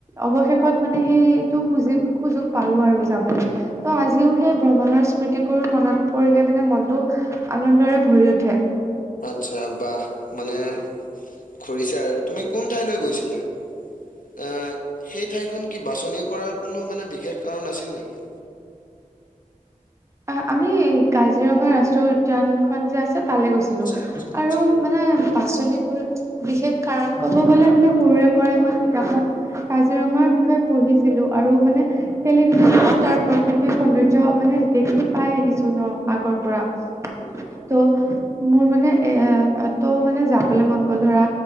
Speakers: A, on the right (about 20°); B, on the left (about 85°).
A: অৱশেষত মানে সেইটো সুযোগ সুযোগ পালোঁ আৰু যাব। ত' আজিও সেই ভ্ৰমণৰ স্মৃতিবোৰ মনত পৰিলে মানে মনটো। আনন্দৰে ভৰি উঠে।
B: আচ্ছা বাহ মানে ঘুৰিছা আৰু তুমি কোন ঠাইলৈ গৈছিলা। এ সেই ঠাইখন কি বাছনি কৰাৰ কোনো মানে বিশেষ কাৰণ আছিল নেকি।
A: অ আমি কাজিৰঙা ৰাষ্ট্ৰীয় উদ্যানখন যে আছে। তালে গৈছিলো
B: আচ্ছা আচ্ছা আচ্ছা।
A: আৰু মানে বাছনি কৰি বিশেষ কাৰণ ক'ব গ'লে মানে সৰুৰে পৰাই মই কিতাপত। কাজিৰঙাৰ বিষয়ে পঢ়িছিলো আৰু মানে। টেলিভিছনো তাৰ প্ৰকৃতিক সৌন্দৰ্য মানে দেখি। পাই আহিছো ন আগৰ পৰা
B: উম।
A: ত।
B: উম,
A: মোৰ মানে এ ত মানে যাবলে মন গ'ল ধৰা